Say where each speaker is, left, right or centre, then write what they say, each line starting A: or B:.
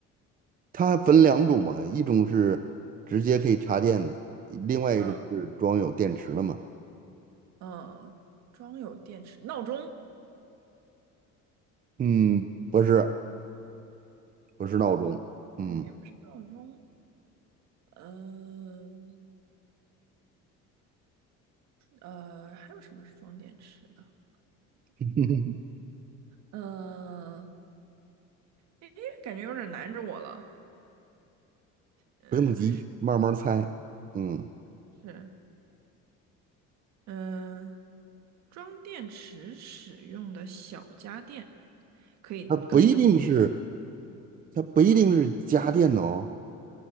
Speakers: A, on the right; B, on the right.
A: 它分两种嘛，一种是直接可以插电的，另外一种是装有电池的嘛。
B: 嗯嗯，装有电池，闹钟，
A: 嗯，不是，不是闹钟，
B: 嗯，
A: 嗯，
B: 嗯也不是闹钟，嗯呃，还有什么是装电池的？
A: <laughs>
B: 嗯，诶，感觉有点难着我了。嗯
A: 不用急，慢慢猜。嗯，
B: 是，嗯，装电池使用的小家电，可以可以这么说。
A: 它不一定是，它不一定是家电的哦，